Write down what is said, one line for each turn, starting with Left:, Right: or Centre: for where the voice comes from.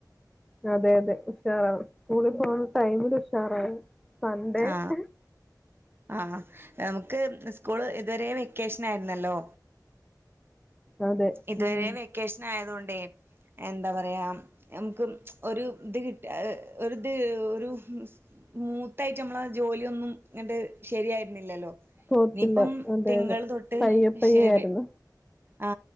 Centre: അതെ അതെ ഉഷാറാവും സ്കൂളിൽ പോകണ ടൈമിൽ ഉഷാറാവും. നന്തേ
Right: ആ
Centre: <unintelligible>
Right: ആ നമുക്ക് സ്കൂള് ഇതുവരേ വെക്കേഷൻ ആയിരുന്നല്ലോ
Centre: അതെ
Right: ഇതുവരെ
Centre: ഉം
Right: വെക്കേഷൻ ആയത കൊണ്ടേ എന്താ പറയാ മ്ക്ക് ഒരു ഇത് കിട്ട ഒരുത് ഒരു മൂത്തായിട്ട് നമ്മള ജോലിയൊന്നും ഇങ്ങട്ട് ശരിയായിരുന്നില്ലല്ലോ.
Centre: പോകത്തില്ല
Right: ഇനിയിപ്പം
Centre: അതെ
Right: തിങ്കൾ
Centre: അതെ
Right: തൊട്ട്
Centre: പയ്യെ പയ്യെ
Right: ശേവ
Centre: ആയിരുന്നു
Right: ആ